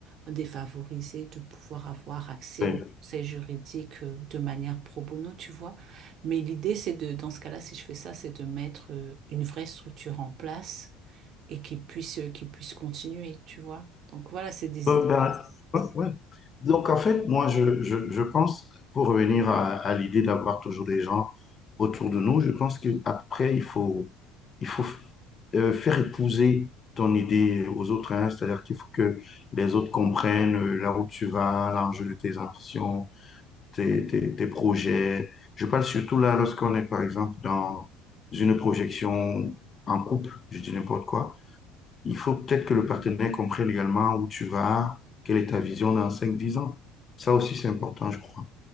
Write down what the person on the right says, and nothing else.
défavorisés de pouvoir avoir accès
aux conseils juridiques euh, de manière pro bono, tu vois. Mais l'idée, c'est de, dans ce cas-là, si je fais ça, c'est de mettre euh, une vraie structure en place et qui puisse, euh, qui puisse continuer, tu vois. Donc voilà, c'est des
idées.